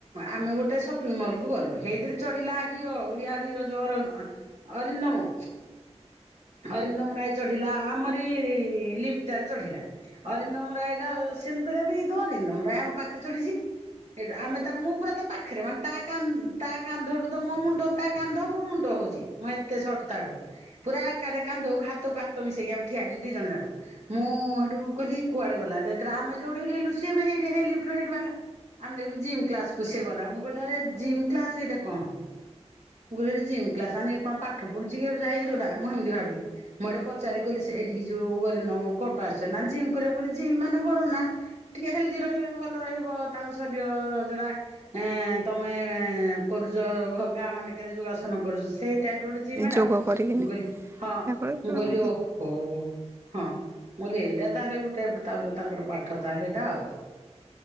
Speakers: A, on the right; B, on the right.
A: ଆମେ ଗୋଟେ ସପିଙ୍ଗ ମଲ୍ କୁ ଗଲୁ। ହେଇଥିରେ ଚଢିଲା ହିରୋ ଓଡିଆ ହିରୋ ଯୋର ଅଁ, ଅରିନ୍ଦମ। ହରିନ୍ଦମ ରାୟ ଚଢିଲା ଆମରି ଲିପ୍ ଟାରେ ଚଢିଲା। ଅରିନ୍ଦମ ରାୟ ଟା ସିମ୍ କରିବା ଏଇତ ଅରିନ୍ଦମ ରାୟ ଆମ ପାଖରେ ଚଢିଛି। ସେଇଠୁ ଆମେ ତା ମୁଁ ପୁରା ତା ପାଖରେ ମାନେ ତା କାନ୍ ତା କାନ୍ଧଠୁ ତ ମୋ ମୁଣ୍ଡ ତା କାନ୍ଧ ମୋ ମୁଣ୍ଡ ହଉଛି। ମୁଁ ଏତେ ସର୍ଟ ତାଠୁ ପୁରା ଏକାଠି କାନ୍ଧକୁ ହାତକୁ ହାତ ମିଶେଇକି ଆମେ ଠିଆ ହେଇଛୁ ଦି ଜଣ ଯାକ। ମୁଁ ହେଇଠୁ କହିଲି କୁଆଡେ ଗଲା, ଯେତେରେ ଆମ ଯୋଉଠି ଓହ୍ଲେଇ ଲୁ, ସିଏ ବି ହେଇ, ହେଇ ଲିଫ୍ଟ ରୁ ବାହାରିଲା। ଆମେ ଦେଖିଲୁ ଜିମ୍ କ୍ଲାସ କୁ ସିଏ ଗଲା। ମୁଁ କହିଲି ଆରେ ଜିମ୍ କ୍ଲାସ ହେଇଟା କଣ? ମୁଁ କହିଲି ହେଟି ଜିମ୍ କ୍ଲାସ ମାନେ ହେଇଟି କଣ ପାଠ ପଢୁଚି ଯାଇକିରି ଏଟା, ମୁଁ ହେମିତି ଭାବିଲି। ମୁଁ ହେଠୁ ପଚାରି କହିଲି ସେଇଠି ଯୋଉ ଅରିନ୍ଦମ କଣ ପାଇଁ ଆସିଛନ୍ତି, ନା ଜିମ୍ କରିବାକୁ। ମୁଁ କହିଲି ମାନେ କଣ? ନା ଟିକେ ହେଲ୍ଦି ରହିବେ ଭଲ ରହିବ ତାଙ୍କ ଶରୀର ଯୋଟା ଏ ତମେ କରୁଛ ଗାଁ ମାନଙ୍କରେ ଯୋଗାସନ କରୁଛ, ସେଇ ତାପରେ ଗୋଟେ
B: ପାଇଁ।
A: ଜିମ୍ ମାଡ,
B: ଯୋଗ କରିକିନି
A: ମୁ କହିଲି, ହଁ
B: ତାପରେ ସେମାନେ
A: ମୁଁ କହିଲି ଓ ହୋ, ହଁ ମୁ ଏଇଟା ତାହେଲେ ଗୋଟେ ତାପରେ ତାଙ୍କର ପାଠ ତାହେଲେ ଏଇଟା ଆଉ।